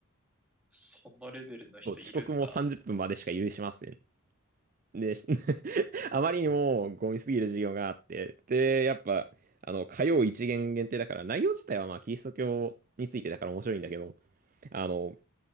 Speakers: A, in the centre; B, on the right.
A: そのレベルの人いるんだ。
B: そう、遅刻も30分までしか許しません。で、し <laughs> あまりにもゴミすぎる授業があって、で、やっぱ、あの、火曜一限限定だから、内容自体はまあ、キリスト教についてだから面白いんだけど、あの、